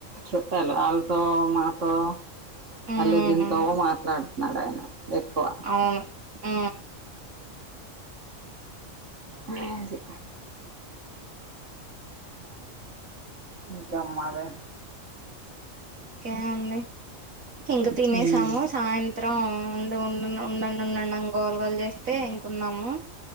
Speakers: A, on the right (about 65°); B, on the right (about 90°).
A: చుట్టాలు ఆళ్ళతో మాతో
B: ఉమ్
A: అల్లు దింతో మాట్లాడు మాట్లాడుతున్నాడు ఆయన ఎక్కువ
B: అవును ఆ
A: మాజీ ఇంకా మరి
B: ఇంకేం ఉంది ఇంక తినేసాము
A: ఉమ్
B: సాయంత్ రౌండు ఉండు ఉ ఉండండి ఉండండి ఆన్ గోల గోల్ చేస్తే ఇంక ఉన్నాము